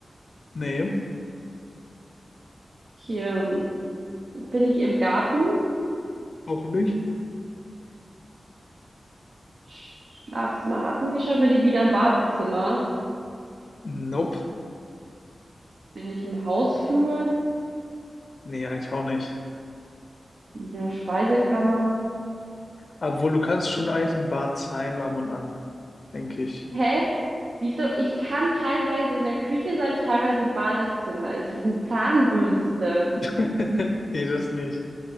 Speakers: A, on the left; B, on the right.
A: Nee,
B: Hier bin ich im Garten.
A: auch nicht.
B: Schlafzimmer hatten wir schon. Bin ich wieder im Badezimmer?
A: Nope.
B: Bin ich im Hausflur?
A: Nee, eigentlich auch nicht.
B: Bin ich in der Speisekammer?
A: Obwohl, du kannst schon eigentlich im Bad sein, ab und an, denke ich.
B: Hä? Wieso? Ich kann teilweise in der Küche sein, teilweise im Badezimmer. Ist es eine Zahnbürste?
A: <laughs> Nee, das nicht.